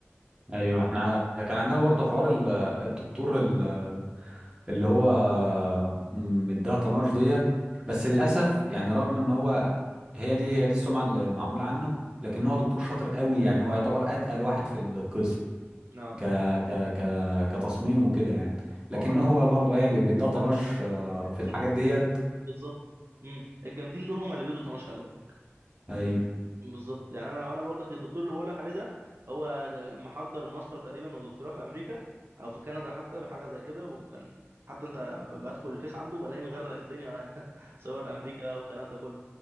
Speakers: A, on the right; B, on the right.
A: ايوه احنا كان عندنا برضو حوار ال- الدكتور ال- اللي هو مديها طناش ديت بس
B: مم.
A: للاسف يعني رغم ان هو هي دي هي دي السمعه اللي معموله عنه لكن هو دكتور شاطر قوي يعني هو يعتبر اتقل واحد في القسم
B: اه
A: ك ك ك كتصميم وكده يعني لكن
B: ما هم غالبا
A: هو برضو ايه بي- بيديها
B: هم
A: طناش
B: غالبا
A: آه،
B: الجامدين
A: في الحاجات
B: دول
A: ديت
B: بالظبط مم. الجامدين دول هم اللي بيدوا طناش خلي بالك
A: ايوه
B: بالظبط يعني انا انا برضه الدكتور اللي بقول لك عليه ده هو محضر ماستر تقريبا ودكتوراه في امريكا او في كندا حتى حاجه زي كده وكان حتى انت لما ادخل الفيس عنده بلاقيه مغرق الدنيا <laughs> صور امريكا والكلام ده كله